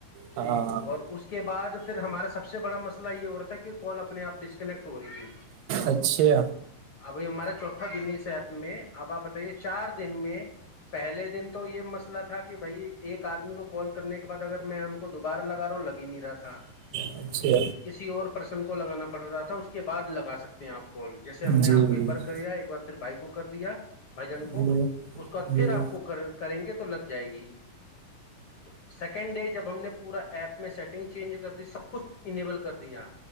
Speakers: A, on the right; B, on the left.
A: ہاں
B: ٹھیک اور اس کے بعد پھر ہمارا سب سے بڑا مسئلہ یہ ہو رہا تھا کہ کال اپنے آپ ڈسکنیکٹ ہو رہی تھی
A: اچھے
B: ابائی ہمارا چوتھا دن ایپ میں اب آپ بتائیے چار دن میں پہلے دن تو یہ مسئلہ مسئ تھا کہ بھائی ایک آدمی کو کال کرنے کے بعد اگر میں ہم کو دوبارہ لگا رہا ہوں لگ ہی نہیں رہا تھا
A: اچھے
B: کسی اور پرسن کو لگانا پڑ رہا تھا اس کے بعد لگا سکتے ہیں آپ گول جیسے ہم نے
A: جی
B: آپ
A: جی
B: کو ایک بار کریا ایک بار پھر بھائی کو کر دیا بھائی جن کو
A: جی
B: اس کے بعد
A: جی
B: پھر آپ کو کریں گے تو تو لگ جائے گی تو سیکنڈ ڈے جب ہم نے پورا ایپ میں سیٹ گ چینج کر دی سب کچھ انبل کر دیا